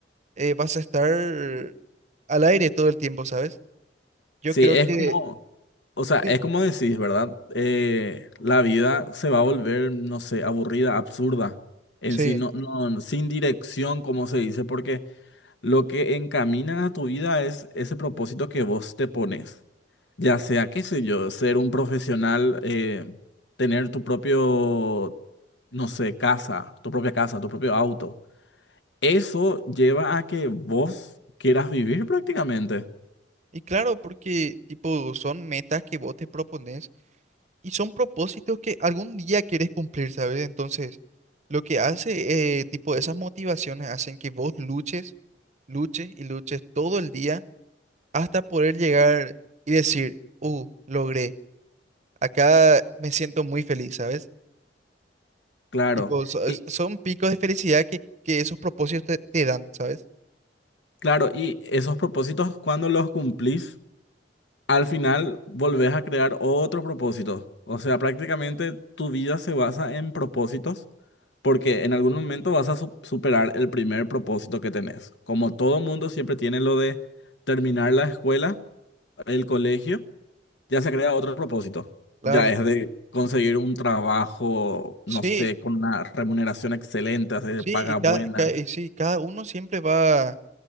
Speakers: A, on the right; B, on the left.
A: eh, vas a estar al aire todo el tiempo, ¿sabes? Yo
B: Sí,
A: creo
B: es
A: Sí. que
B: como, o sea,
A: sí,
B: es como decís, ¿verdad? Eh, la vida se va a volver, no sé, aburrida, absurda. En
A: sí.
B: sí, no, no, no, sin dirección, como se dice, porque lo que encamina a tu vida es ese propósito que vos te pones. Ya sea, qué sé yo, ser un profesional, eh, tener tu propio, no sé, casa, tu propia casa, tu propio auto. Eso lleva a que vos quieras vivir prácticamente.
A: Y claro, porque tipo son metas que vos te propones Y son propósitos que algún día quieres cumplir, ¿sabes? Entonces, lo que hace, eh, tipo, esas motivaciones hacen que vos luches, luches y luches todo el día hasta poder llegar y decir, uh, logré, acá me siento muy feliz, ¿sabes?
B: Claro.
A: Tipo, so- es-
B: Y
A: son picos de felicidad que, que esos propósitos te, te dan, ¿sabes?
B: claro, y esos propósitos, cuando los cumplís? al final volvés a crear otro propósito. O sea, prácticamente tu vida se basa en propósitos porque en algún momento vas a su- superar el primer propósito que tenés. Como todo mundo siempre tiene lo de terminar la escuela, el colegio, ya se crea otro propósito.
A: Claro.
B: Ya es de conseguir un trabajo,
A: Sí,
B: no sé, con una remuneración excelente, hacer
A: sí,
B: paga
A: y cada,
B: buena.
A: ca- y sí, cada uno siempre va,